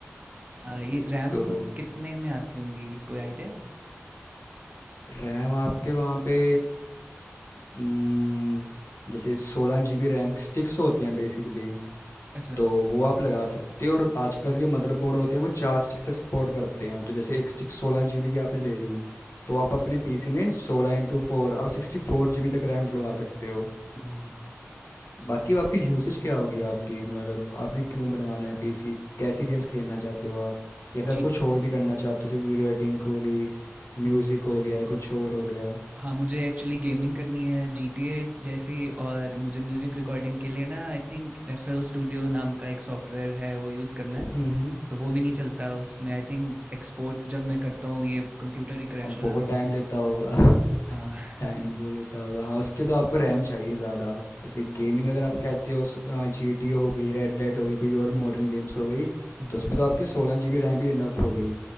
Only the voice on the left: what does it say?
तो
रैम आपके वहाँ पे उम, जैसे 16 जीबी रैम की स्टिक्स होती हैं बेसिकली
तो वो आप लगा सकते हो और आजकल के मदरबोर्ड होते हैं वो चार स्टिक तक सपोर्ट करते हैं तो जैसे एक स्टिक 16 जीबी की आपने ले ली तो आप अपने पीसी में 16 इंटू फोर आप 64 जीबी तक रैम डलवा सकते हो
बाकी आपकी यूसेज क्या होगी आपकी मतलब आपने क्यों बनवाना है पीसी कैसी गेम्स खेलना चाहते हो आप या फिर
आप कुछ और भी करना चाहते हो जैसे वीडियो एडिटिंग होगी
म्यूज़िक हो गया या कुछ और हो गया
हम्म
हम्म
हाँ
बहुत
टाइम
लेता होगा <laughs>
टाइम भी वो लेता होगा हाँ उसके लिए तो आपको रैम चाहिए ज़्यादा जैसे गेमिंग अगर आप कहते हो जी टी हो गई रेड डेड हो गई कोई और मॉडर्न गेम्स हो गई
तो उसमें तो आपकी सोलह जी बी रैम भी इनफ हो गई